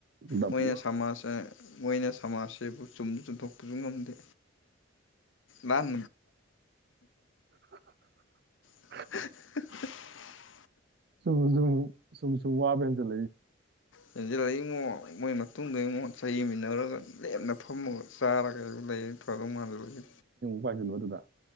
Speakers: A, on the right; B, on the left.
A: ꯗꯞ
B: ꯃꯣꯏꯅ
A: ꯂꯣꯏ
B: ꯁꯃꯥꯖꯁꯦ ꯃꯣꯏꯅ ꯁꯃꯥꯖꯁꯤꯦꯕꯨ ꯆꯨꯝꯅ ꯆꯨꯝꯊꯣꯛꯄꯁꯨ ꯉꯝꯗꯦ ꯂꯥꯟ
A: <unintelligible>
B: <unintelligible>
A: ꯁ ꯁ ꯁ ꯁ ꯋꯥꯕꯅ ꯆꯂ
B: ꯌꯦꯦꯟꯁꯤꯜꯂꯛꯏꯃꯣ ꯃꯣꯏ ꯃꯇꯨꯡꯗ ꯏꯉꯛ ꯆꯍꯤꯃꯤꯟꯅꯔꯒ ꯂꯦꯝꯅ ꯐꯝꯃꯒ ꯆꯥꯔꯒ ꯂꯩ ꯆꯥꯔꯣꯡ ꯃꯥꯗꯨꯔꯒꯤ
A: ꯄꯥꯏꯁꯅꯨ ꯑꯗꯨꯗ